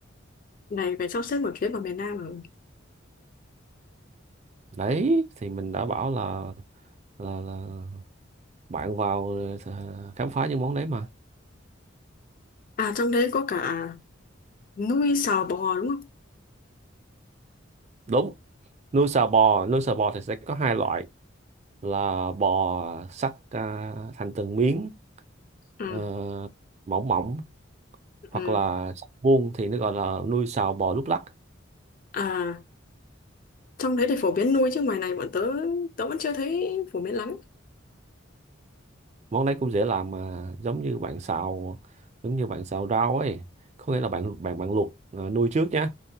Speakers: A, on the left; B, on the right.
A: này phải sắp xếp một chuyến vào miền Nam rồi
B: đấy thì mình đã bảo là là là bạn vào ờ, khám phá những món đấy mà
A: à trong đấy có cả nuôi sò bò đúng không
B: đúng nuôi sò bò nuôi sò bò thì sẽ có hai loại là bò sắt à, thành từng miếng
A: ừ
B: ờ, mỏng mỏng hoặc
A: ừ
B: là sắt vuông thì nó gọi là nuôi sò bò lúc lắc
A: à trong đấy thì phổ biến nuôi chứ ngoài này bọn tớ tớ vẫn chưa thấy phổ biến lắm
B: món đấy cũng dễ làm mà giống như bạn xào giống như bạn xào rau ấy có nghĩa là bạn bạn bạn luộc à, nuôi trước nhá